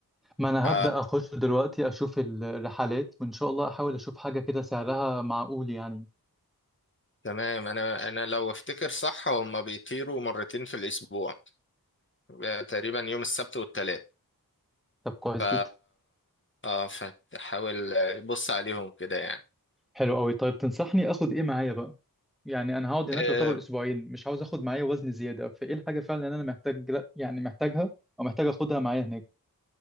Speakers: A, in the centre; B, on the left.
A: ما انا
B: ف
A: هبدأ اخش دلوقتي اشوف الرحلات وان شاء الله احاول اشوف حاجة كده سعرها معقول يعني
B: تمام انا انا لو افتكر صح هما بيطيروا مرتين في الاسبوع آه، تقريبا يوم السبت والثلاث
A: طب كويس
B: ف
A: جدا
B: اه فتحاول بص عليهم كده يعني
A: حلو قوي طيب تنصحني اخد ايه معايا بقى يعني انا هقعد هناك
B: آه،
A: يعتبر اسبوعين مش عاوز اخد معايا وزن زيادة فايه الحاجة فعلا اللي انا محتاج لا يعني محتاجها او محتاج اخدها معايا هناك